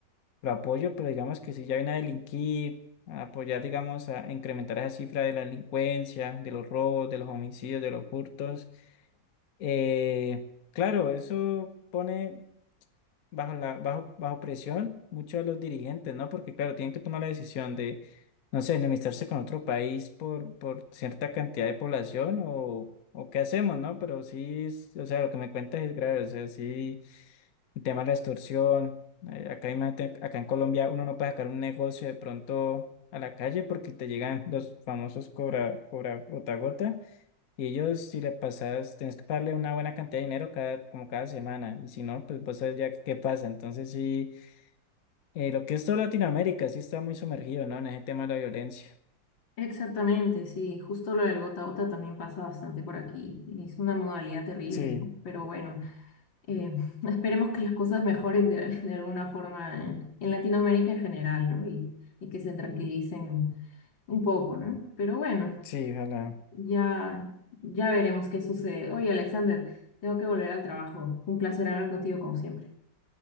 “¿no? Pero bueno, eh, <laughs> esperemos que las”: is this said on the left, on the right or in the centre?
Left